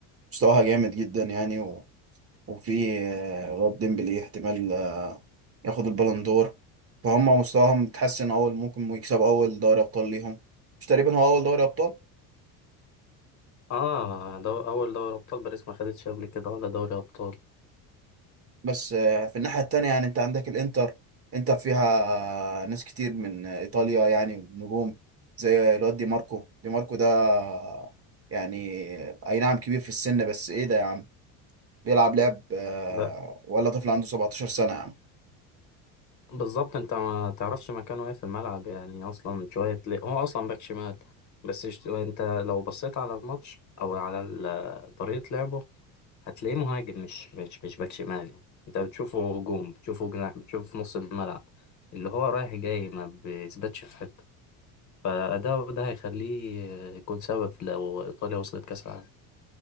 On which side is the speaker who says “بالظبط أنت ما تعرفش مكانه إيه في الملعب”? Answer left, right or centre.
Left